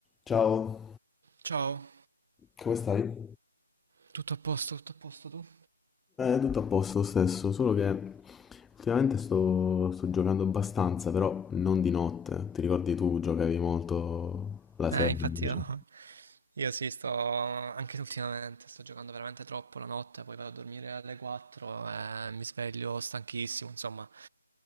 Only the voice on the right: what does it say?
Ciao,
tutto a posto, tutto a posto tu?
Eh,
infatti
io, io sì, sto anche ultimamente, sto giocando veramente troppo la notte, poi vado a dormire alle 4 e mi sveglio stanchissimo, insomma,